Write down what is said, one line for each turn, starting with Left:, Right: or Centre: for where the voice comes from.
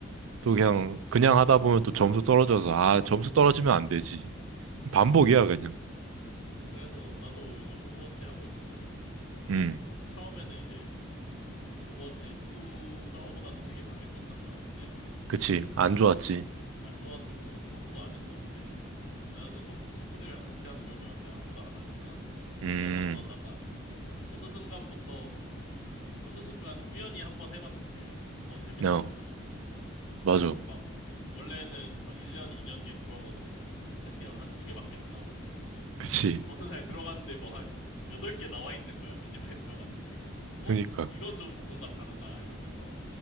Right: 또 그냥,
Left: 맞아.
Right: 그냥 하다 보면 또 점수 떨어져서, 아, 점수 떨어지면 안 되지. 반복이야, 그냥.
Left: 그래서 나도 요즘 오버워치 하고 있는데
Right: 음,
Left: 처음에는 이제 오버워치 2 나오고 나서 되게 망했었잖아. 혹시 알아?
Right: 그치. 안 좋았지.
Left: 어. 안 좋았어서 아무도 안 했었는데 나는 보통 친구들이랑 같이 하는 걸 좋아하는데 아무도 안 하니까
Right: 음,
Left: 나도 안 하다가 어느 순간부터 어느 순간 우연히 한번 해봤는데 어 재밌는
Right: n
Left: 거야.
Right: 맞아.
Left: 그리고 막 원래는 막 1년, 2년 뒤에 들어가도 챔피언 한 두 개밖에 안 나오고 이랬는데
Right: 그치.
Left: 어느 날 들어갔는데 뭐 한 8개 나와 있는 거야. 몇 년 만에 들어갔는데. 그래서 어
Right: 그니까.
Left: 이건 좀 뭔가 다르다 이러면서